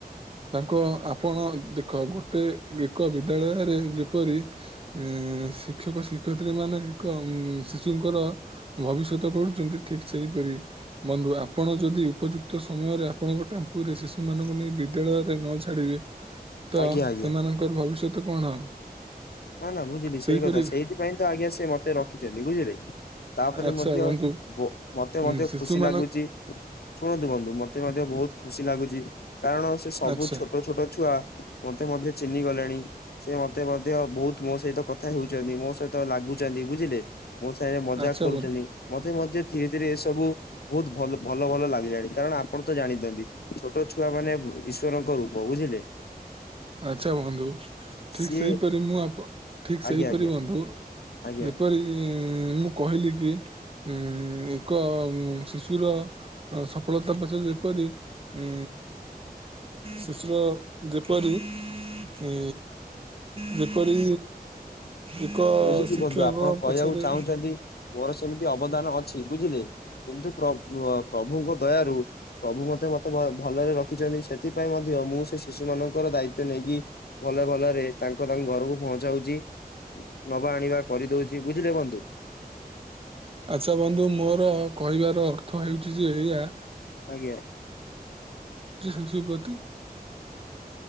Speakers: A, on the right; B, on the left.
A: ତାଙ୍କ ଆପଣ ଦେଖ ଗୋଟେ ବିକ ବିଦ୍ୟାଳୟରେ ଯେପରି ଏ ଶିକ୍ଷକ ଶିକ୍ଷୟତ୍ରୀ ମାନେ ଏକ ଉ ଶିଶୁଙ୍କର ଭବିଷ୍ୟତ କଣ? କିନ୍ତୁ ଠିକ୍ ସେଇପରି ବନ୍ଧୁ ଆପଣ ଯଦି ଉପଯୁକ୍ତ ସମୟରେ ଆପଣଙ୍କ ଟେମ୍ପୁ ରେ ଶିଶୁମାନଙ୍କୁ ନେଇ ବି ତେଳରେ ଖାଲି ନ ଛାଡିକି ତ
B: ଆଜ୍ଞା ଆଜ୍ଞା।
A: ସେମାନଙ୍କର ଭବିଷ୍ୟତ କଣ ହବ?
B: ନା ନା ବୁଝିଲି
A: ସେହିପରି
B: ସେଇ କଥା ସେଇଥିପାଇଁ ତ ଆଜ୍ଞା ସେ ମତେ ରଖିଛନ୍ତି ବୁଝିଲେ। ତାପରେ
A: ଆଚ୍ଛା
B: ମଧ୍ୟ
A: ବନ୍ଧୁ
B: ବୋ ମତେ
A: ଉଁ,
B: ମଧ୍ୟ
A: ଶିଶୁମାନ
B: ଖୁସି ଲାଗୁଛି। ଶୁଣନ୍ତୁ ବନ୍ଧୁ ମତେ ମଧ୍ୟ ବହୁତ ଖୁସି ଲାଗୁଛି କାରଣ ସେ ସବୁ
A: ଆଚ୍ଛା
B: ଛୋଟ ଛୋଟ ଛୁଆ ମତେ ମଧ୍ୟ ଚିହ୍ନି ଗଲେଣି ସେ ମତେ ମଧ୍ୟ ବହୁତ ମୋ ସହିତ କଥା ହେଉଛନ୍ତି ମୋ ସହିତ ଲାଗୁଛନ୍ତି ବୁଝିଲେ ମୋ ସାଙ୍ଗେ ରେ ମଜାକ୍
A: ଆଚ୍ଛା
B: କରୁଛନ୍ତି।
A: ବନ୍ଧୁ
B: ମତେ ମଧ୍ୟ ଧୀରେ ଧୀରେ ଏସବୁ ବହୁତ ଭଲ ଭଲ ଭଲ ଲାଗିଲାଣି କାରଣ ଆପଣ ତ ଜାଣିଥାନ୍ତି। ଛୋଟ ଛୁଆ ମାନେ ଇଶ୍ୱରଙ୍କ ରୂପ ବୁଝିଲେ।
A: ଆଚ୍ଛା ବନ୍ଧୁ, ଠିକ
B: ସିଏ
A: ସେହିପରି ମୁଁ ଆପ ଠିକ ସେହିପରି
B: ଆଜ୍ଞା ଆଜ୍ଞା
A: ବନ୍ଧୁ
B: ଆଜ୍ଞା।
A: ଏକ କହିକି ମୁଁ କହିଲି କି ଉଁ ଏକ ଶିଶୁର ସଫଳତା ପଛରେ ଯେପରି ଉଁ ଶିଶୁର ଯେ ପରି ଇ ଯେପରି ଏକ
B: ବୁଝିଲି
A: ଶିକ୍ଷକ
B: ବନ୍ଧୁ ଆପଣ କହିବାକୁ
A: ପଛରେ
B: ଚାହୁଁଛନ୍ତି ମୋର ସେମିତି ଅବଦାନ ଅଛି ବୁଝିଲେ, କିନ୍ତୁ ପ୍ର-ପ୍ରଭୁଙ୍କ ଦୟାରୁ ପ୍ରଭୁ ମତେ ମତେ ଭଲରେ ରଖିଛନ୍ତି, ସେଥିପାଇଁ ମଧ୍ୟ ମୁଁ ସେ ଶିଶୁ ମାନଙ୍କର ଦାୟିତ୍ଵ ନେଇକି ଭଲ ଭଲରେ ତାଙ୍କ ତାଙ୍କ ଘରକୁ ପହଞ୍ଚାଉଚି। ନବା ଆଣିବା କରିଦଉଚି ବୁଝିଲେ ବନ୍ଧୁ।
A: ଆଚ୍ଛା ବନ୍ଧୁ ମୋର କହିବାର ଅର୍ଥ ହେଉଚି ଯେ ଏଇଆ
B: ଆଜ୍ଞା।
A: ଯେ ଶିଶୁ ପ୍ରତି